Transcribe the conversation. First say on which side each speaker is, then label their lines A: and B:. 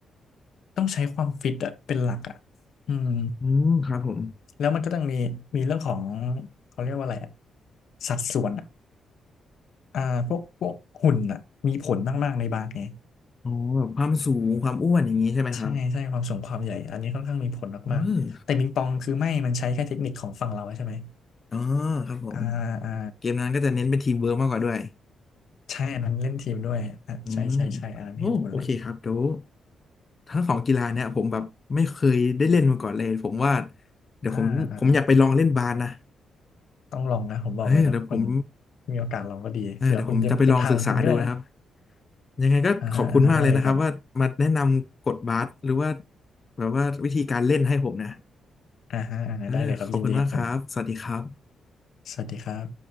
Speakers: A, on the left; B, on the left.
A: ต้องใช้ความฟิตอ่ะเป็นหลักอ่ะอืม
B: อืมครับผม
A: แล้วมันก็ต้องมีมีเรื่องของเขาเรียกว่าอะไรอ่ะสัดส่วนอ่ะอ่าพวกพวกหุ่นอ่ะมีผลมากๆในบาสไง
B: อ๋อแบบความสูงความอ้วนอย่างนี้ใช่ไหมครับ
A: ใช่ใช่ความสูงความใหญ่ อันนี้ค่อนข้างมีผลมากๆแต่ปิงปองคือไม่
B: เออ
A: มันใช้แค่เทคนิคของฝั่งเราใช่ไหม
B: อ๋อครับผม
A: อ่าอ่า
B: เกมนั้นก็จะเน้นเป็นทีมเวิร์กมากกว่าด้วย
A: ใช่อันนั้นเล่นทีมด้วยอ่ะใช่ใช่ใช่อันนั้นเห็นผลเลย
B: อืมโอ้โอเคครับเดี๋ยว ทั้งสองกีฬาเนี่ยผมแบบไม่เคยได้เล่นมาก่อนเลยผมว่าเดี๋ยวผมผมอยากไปลองเล่นบาสนะ
A: อ่าอ่าต้องลองนะผมบอกเลยเนาะมัน
B: เออเดี๋ยวผม
A: มีโอกาสลองก็ดีเผื่อคุณจะเป็นทางของคุณก็ได้นะ
B: เออเดี๋ยวผมจะไปลองศึกษาดูนะครับยังไงก็ขอบคุณมากเลยนะครับว่ามาแนะนำกฎบาสหรือว่า
A: อ่าฮะอ่าฮะได้เลยครับ
B: แบบว่าวิธีการเล่นให้ผมนะ
A: อ่าฮะอ่าฮะได้เลยครับยินดีครับผม
B: เออขอบคุณมากครับสวัสดีครับ
A: สวัสดีครับ